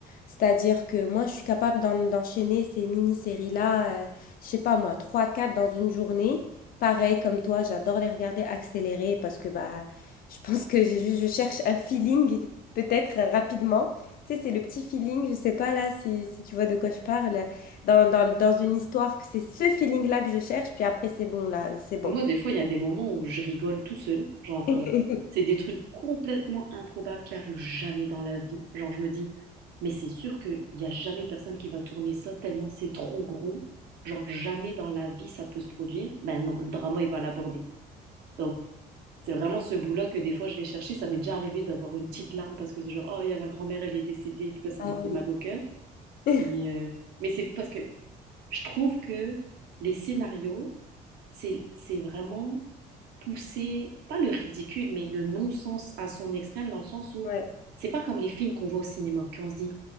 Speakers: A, on the left (about 60°); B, on the right (about 75°).
A: C'est-à-dire que moi, je suis capable d'en- d'enchaîner ces mini-séries-là, euh, je sais pas moi, trois quatre dans une journée. Pareil, comme toi, j'adore les regarder accélérées parce que bah, je pense que j'ai juste, je cherche un feeling, peut-être euh, rapidement. Tu sais, c'est le petit feeling, je sais pas là si, si tu vois de quoi je parle dans, dans, dans une histoire que c'est ce feeling-là que je cherche, puis après, c'est bon, là, c'est bon.
B: Enfin, Moi, des fois, il y a des moments où je rigole toute seule. Genre,
A: <laughs>
B: euh, c'est des trucs complètement improbables qui arrivent jamais dans la vie. Genre, je me dis, mais c'est sûr qu'il n'y a jamais personne qui va tourner ça tellement c'est trop gros. Genre, jamais dans la vie ça peut se produire. Ben non, le drama, il va l'aborder. Donc, c'est vraiment ce bout-là que des fois, je vais chercher. Ça m'est déjà arrivé d'avoir une petite larme parce que c'est genre, oh, il y a la grand-mère, elle est décédée. Puis là, ça
A: Ah
B: m'a fait
A: oui.
B: mal au cœur.
A: <laughs>
B: Mais, euh, mais c'est fou parce que je trouve que les scénarios, c'est, c'est vraiment pousser, pas le ridicule, mais le non-sens à son extrême, dans le sens où
A: Ouais,
B: c'est pas comme les films qu'on voit au cinéma, qu'on se dit